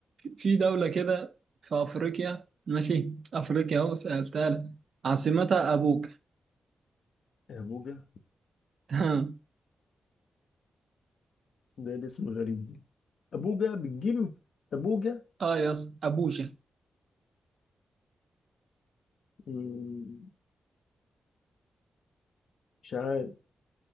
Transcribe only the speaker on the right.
في دولة كده في افريقيا ماشي افريقيا اهو سألتها لك عاصمتها ابوك
<laughs>
اه يا اسطى ابوجا